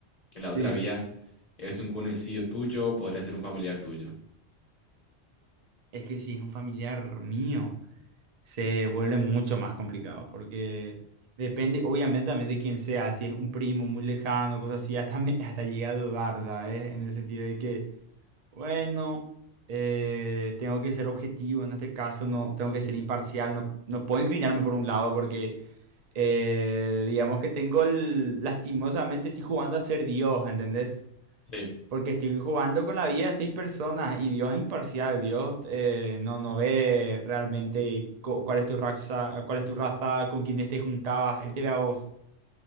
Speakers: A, on the left; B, on the right.
A: en la otra
B: Sí,
A: vía es un conocido tuyo, podría ser un familiar tuyo.
B: es que si es un familiar mío. se vuelve mucho más complicado porque depende obviamente también de quién sea, si es un primo muy lejano, cosas así, hasta, me- <laughs> hasta llegué a dudar, ¿sabes? En el sentido de que, bueno, eh, tengo que ser objetivo en este caso, no, tengo que ser imparcial, no, no puedo inclinarme por un lado porque, eh, digamos que tengo el- lastimosamente estoy jugando a ser Dios, ¿entendés?
A: Sí,
B: Porque estoy jugando con la vida de seis personas y Dios es imparcial. Dios eh, no, no ve realmente cu- cuál es tu raza, cuál es tu raza, con quién te juntabas. Él te ve a vos.